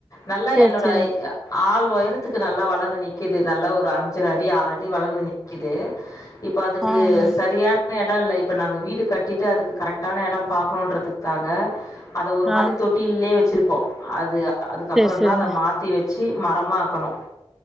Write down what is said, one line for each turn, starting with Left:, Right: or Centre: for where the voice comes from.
Left: நல்லா
Centre: சேரி
Left: என்னோட
Centre: சேரி
Left: ய ஆள் உயரத்துக்கு நல்லா வளர்ந்து நிக்குது நல்லா ஒரு அஞ்ஜிர அடி ஆறு அடி வளர்ந்து நிக்கிது இப்ப அதுக்கு
Centre: ஆ ம்.
Left: சரியான இடம்யில்ல இப்ப நாங்க வீடு கட்டிட்டு அதுக்கு கரெக்டான இடம் பார்க்கணும்ன்றதுகு க்காக அதை ஒரு மாதிரி
Centre: ஆ
Left: தொட்டிலயே வச்சிருப் அது அதுக்கப்புறம்
Centre: சேரி சேரிங்க
Left: தான் அதை மாத்தி வச் சி மரமாக்கணும்